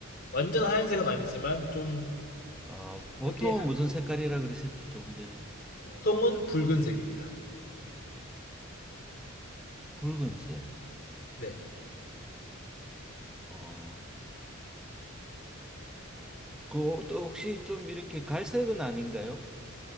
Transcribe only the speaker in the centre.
아, 보통은
무슨 색깔이라 그러셨죠? 조금 전에
붉은색.
어, 어, 그, 또 혹시 좀 이렇게 갈색은 아닌가요?